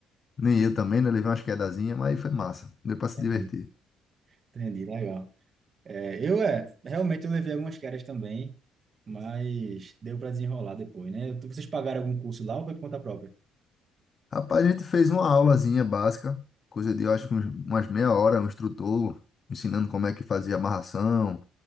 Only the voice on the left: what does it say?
Nem eu também, né? Levei umas quedazinhas, mas foi massa. Deu pra se
divertir.
Rapaz, a gente fez uma aulazinha básica, coisa de, eu acho que uns- umas meia hora, um instrutor ensinando como é que fazia amarração,